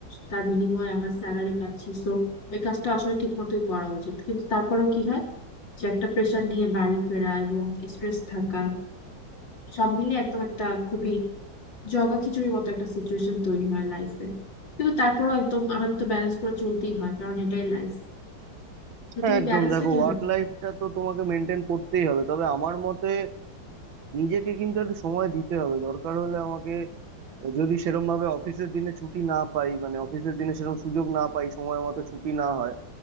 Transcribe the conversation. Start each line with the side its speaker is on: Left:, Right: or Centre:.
Left: তার বিনিময়ে আমরা স্যালারি পাচ্ছি তো ওই কাজটা আসলে ঠিক মতোই করা উচিত কিন্তু তারপরেও কি হয় যে একটা প্রেশার নিয়ে বাড়ি ফেরা এবং স্ট্রেস থাকা সব মিলিয়ে একদম একটা খুবই জগা খিচুড়ির মতো একটা সিচুয়েশন তৈরি হয় লাইফে কিন্তু তারপরেও একদম আমাদের তো ব্যালেন্স করে চলতেই হয় কারণ এটাই লাইফ তো
Right: হ্যাঁ
Left: তুমি
Right: একদম
Left: ব্যালেন্সটা
Right: দেখো
Left: কিভাবে
Right: ওয়ার্ক লাইফটা তো তোমাকে মেনটেন করতেই হবে তবে আমার মতে নিজেকে কিন্তু একটু সময় দিতে হবে দরকার হলে আমাকে যদি সেরম ভাবে অফিসের দিনে ছুটি না পাই মানে অফিসের দিনে সেরকম সুযোগ না পাই সময় মতো ছুটি না হয়